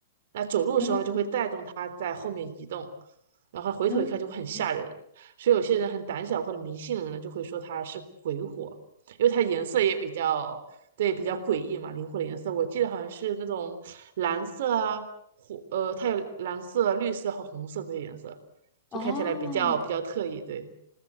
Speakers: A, on the right; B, on the left.
A: 那走路的时候呢，
B: 嗯
A: 就会带动它在后面移动，然后回头一看就会很吓人。
B: 嗯，嗯
A: 所以有些人很胆小或者迷信的人呢，就会说它是鬼火，因为它颜色也比较对比较诡异嘛，灵火的颜色，我记得好像是那种蓝色啊，火呃，它有蓝色、绿色和红色这些颜色，就看起来比较比较特异，
B: 哦，
A: 对